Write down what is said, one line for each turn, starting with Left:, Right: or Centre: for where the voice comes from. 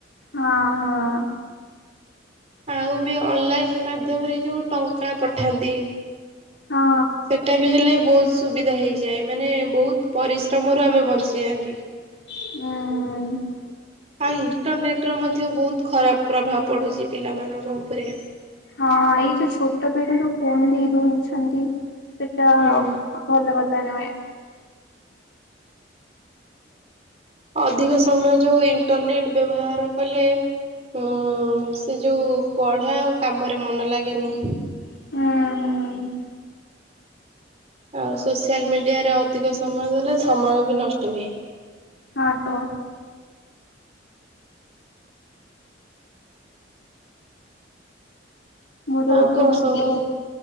Left: ହଁ ହଁ।
Right: ଆଉ ବି ଅନ୍‌ଲାଇନ୍‌ ମାଧ୍ୟମରେ ଯୋଉ ଟଙ୍କା ପଠାନ୍ତି।
Left: ହଁ।
Right: ଏଟା ବି ହେଲେ ବହୁତ ସୁବିଧା ହୋଇଯାଏ। ମାନେ ବହୁତ ପରିଶ୍ରମରୁ ଆମେ ବଞ୍ଚିଯାଆନ୍ତି।
Left: ହୁଁ।
Right: ଆଉ ଇଣ୍ଟରନେଟ୍ ରେ ମଧ୍ୟ ବହୁତ ଖରାପ ପ୍ରଭାବ ପଡ଼ୁଛି ପିଲାମାନଙ୍କ ଉପରେ।
Left: ହଁ ଏଇ ଯୋଉ ଛୋଟ ପେଢୀରୁ ଫୋନ୍ ବି ଦୋଉଛନ୍ତି। ସେଟା
Right: ହୁଁ
Left: ଆଉ ଭଲ କଥା ନୁହେଁ।
Right: ଅଧିକ ସମୟ ଯୋଉ ଇଣ୍ଟରନେଟ ବ୍ୟବହାର କଲେ। ହୁଁ ସେ ଯୋଉ ପଢା ଆଉ କାମରେ ମନ ଲାଗେନି।
Left: ହୁଁ ହୁଁ।
Right: ଆଉ ସୋସିଆଲ ମିଡିଆରେ ଅଧିକ ସମୟ ଦେଲେ ସମୟ ବି ନଷ୍ଟ ହୁଏ।
Left: ହଁ ତ। ମୋର ଗୋଟେ
Right: ଆଉ କଣ
Left: ମାନେ
Right: ସବୁ